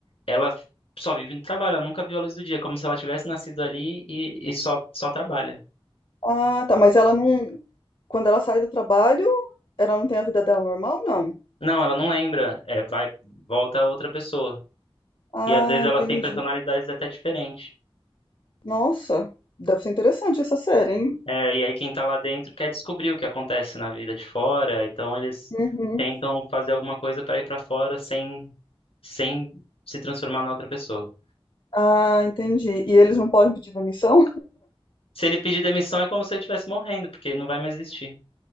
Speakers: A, on the left; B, on the left.
A: ela só vive no trabalho, ela nunca viu a luz do dia, como se ela tivesse nascido ali e, e só, só trabalha.
B: Ah, tá, mas ela não. Quando ela sai do trabalho, ela não tem a vida dela normal, não?
A: Não, ela não lembra, é, vai, volta a outra pessoa.
B: Ah,
A: E às vezes elas
B: entendi.
A: têm personalidades até diferentes.
B: Nossa, deve ser interessante essa série, hein?
A: É, e aí quem tá lá dentro quer descobrir o que acontece na vida de fora, então eles
B: Uhum.
A: tentam fazer alguma coisa para ir para fora sem, sem se transformar na outra pessoa.
B: Ah, entendi. E eles não podem pedir demissão?
A: Se ele pedir demissão é como se ele estivesse morrendo, porque não vai mais existir.